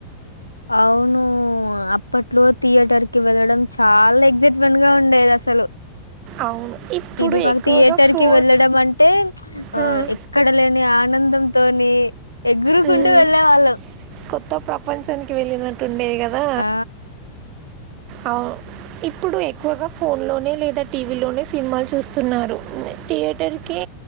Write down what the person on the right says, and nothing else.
అవును. ఇప్పుడు
ఎక్కువగా
ఫోన్
హ్మ్.
హ్మ్.
కొత్త ప్రపంచానికి వెళ్ళినట్టు ఉండే గాదా
అవును ఇప్పుడు ఎక్కువగా ఫోన్లోనే లేదా టీవీలోనే సినిమాలు చూస్తున్నారు. థియేటర్కి